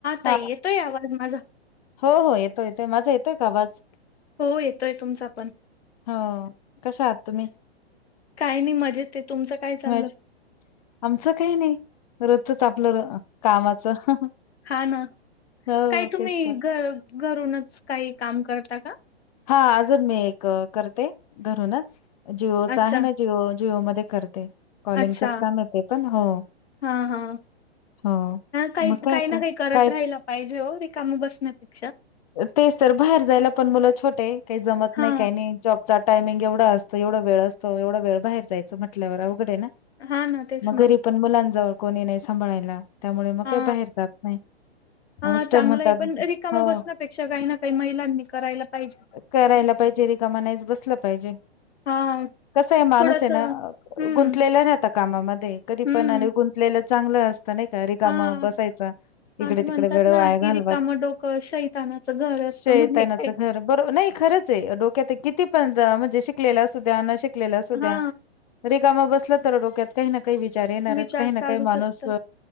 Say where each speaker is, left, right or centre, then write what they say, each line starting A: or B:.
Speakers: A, on the left; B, on the left.
A: ताई
B: हा
A: येतोय आवाज माझा
B: हो हो हा. येतोय माझा येतय का आवाज?
A: हो येतोय तुमचा पण.
B: हो कस आहात तुम्ही?
A: काही नाही मजेत आहे तुमचं काय चाललं
B: ज आमचं काही नाही रोजच च आपलं कामाचं
A: हा ना
B: हो,
A: काही तुम्ही
B: तेच तर.
A: घर घरूनच काही काम करता? का
B: हा. अजून मी एक करते घरूनच-, जिओच
A: अच्छा
B: आहे ना जिओ जिओमध्ये करते कॉलिंगचंच
A: अच्छा
B: काम आहे ते पण. हो,
A: हा हा
B: हो.
A: काही
B: मग काय
A: काही
B: आता.
A: ना काही करत
B: काय
A: राहिलं पाहिजे हो रिकामा बसण्या पेक्षा.
B: तेच तर बाहेर जायला पण मुलं छोटे काही जमत
A: हा
B: नाही काही नाही जॉब चा टायमिंग एवढा असतं एवढा वेळ असतो एवढा वेळ बाहेर जायचं म्हटल्यावर अवघड आहे ना
A: हा ना तेच
B: मग
A: ना
B: घरी पण मुलांजवळ कोणी नाही सांभळायला त्यामुळे मग
A: हा
B: काही बाहेर जात नाही
A: हा
B: म मिस्टर
A: चांगलं
B: म्हणतात
A: आहे पण रिकामं
B: हो
A: बसण्यापेक्षा काही ना काही महिलांनी करायला पाहिजे
B: करायला पाहिजे रिकाम नाहीच बसला पाहिजे
A: हा
B: कसंआहे माणूस
A: थोडंसं
B: आहे ना
A: हम्म
B: गुंतलेला राहतं कामामध्ये कधी
A: हम्म
B: पण आणि गुंतलेल चांगले अस नाही का रिकाम
A: हा
B: बसायचा इकडे
A: हा ते म्हणतात
B: तिकडे वेळ वाया
A: ना
B: घालवत
A: की रिकामं डोकं शैतानाचं घर
B: शैतानाच
A: असतं म्हणे काय
B: घर बरोब नाही खरंच आहे डोक्यात हे किती पण रहा म्हणजे शिकलेला अस द्या न शिक लल्या असू
A: हा
B: द्या रिक् काम बस तर डोक्यात काही ना काही विचार येणारच
A: विचार
B: काही ना
A: चालूच
B: काही माणूस
A: असतात.